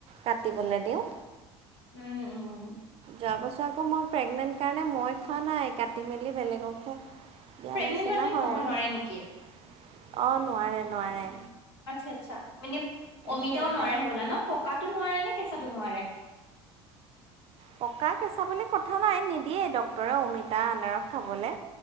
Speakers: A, on the right (about 45°); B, on the left (about 85°).
A: কাটিবলৈ দিওঁ,
B: উম উম।
A: যোৱা বছৰ আকৌ মই প্ৰেগনেন্ট কাৰণে মই খোৱা নাই কাটি মেলি বেলেগকহে দিয়া
B: প্ৰেগনেন্ট
A: নিচিনা
B: মানুহে
A: হয়
B: খাব
A: আৰু
B: নোৱাৰে নেকি?
A: অঁ নোৱাৰে নোৱাৰে।
B: আচ্ছা আচ্ছা মানে অমিতাও
A: সেইকাৰণে
B: নোৱাৰে হবলা ন পকাতটো নোৱাৰে নে কেঁচাটো নোৱাৰে।
A: পকা কেঁচা বুলি কথা নাই নিদিয়েই ডক্টৰে অমিতা আনাৰস খাবলে।